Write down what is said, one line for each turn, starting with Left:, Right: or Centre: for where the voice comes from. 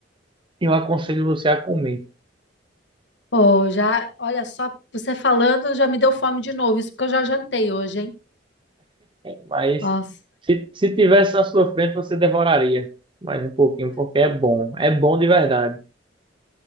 Right: eu aconselho você a comer.
Left: Oh, já, olha só, você falando já me deu fome de novo, isso porque eu já jantei hoje, hein?
Right: Mas
Left: Nossa.
Right: se, se tivesse na sua frente, você devoraria mais um pouquinho, porque é bom. É bom de verdade.